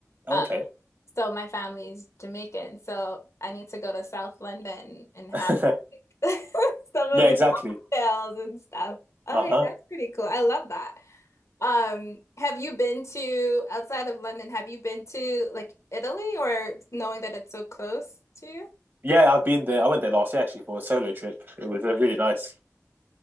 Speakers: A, on the right (about 45°); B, on the left (about 70°).
A: Oh,
B: Um,
A: Okay.
B: so my family's Jamaican. So I need to go to South London and have
A: <laughs>
B: <laughs> some
A: Yeah.
B: of the
A: Exactly.
B: cocktails and stuff. Okay,
A: Uh huh.
B: that's pretty cool. I love that. Um, have you been to outside of London, have you been to like Italy or knowing that it's so close to you?
A: Yeah. I've been there. I went there last year actually for a solo trip. It was uh, really nice.